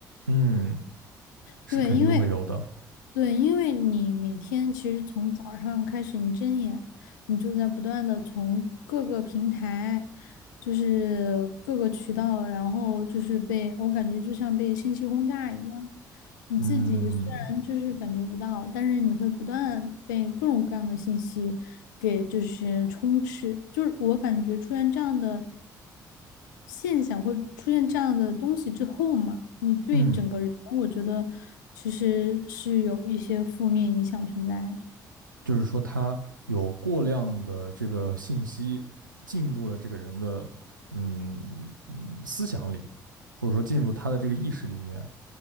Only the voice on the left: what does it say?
对，因为对，因为你每天其实从早上开始，你睁眼，你就在不断的从各个平台，就是各个渠道，然后就是被，我感觉就像被信息轰炸一样。你自己虽然就是感觉不到，
但是你会不断被各种各样的信息给就是充斥。就是我感觉出现这样的现象或者出现这样的东西之后嘛，你对整个人，
我觉得其实是有一些负面影响存在的。